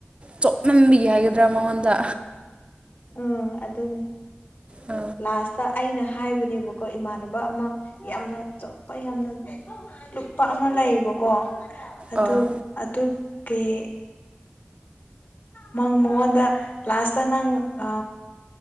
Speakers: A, on the right (about 30°); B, on the left (about 50°).
A: ꯆꯞꯅꯝꯕꯤꯒꯦ ꯍꯥꯏꯒꯗ꯭ꯔꯥ ꯃꯉꯣꯟꯗ
B: ꯎꯝ ꯑꯗꯨ ꯑꯗꯨꯅꯦ
A: ꯑ
B: ꯂꯥꯁꯇ ꯑꯩꯅ ꯍꯥꯏꯕꯅꯦꯕꯀꯣ ꯏꯃꯥꯟꯅꯕ ꯑꯃ ꯌꯥꯝꯅ ꯑꯇꯣꯞꯄ ꯌꯥꯝꯅ ꯂꯨꯄꯥ ꯑꯃ ꯂꯩꯌꯦꯕꯀꯣ ꯑꯗꯨ
A: ꯑꯥ
B: ꯑꯗꯨ ꯀꯪ ꯃꯉꯣꯟꯗ ꯀ꯭ꯂꯥꯁꯇ ꯅꯪ ꯑ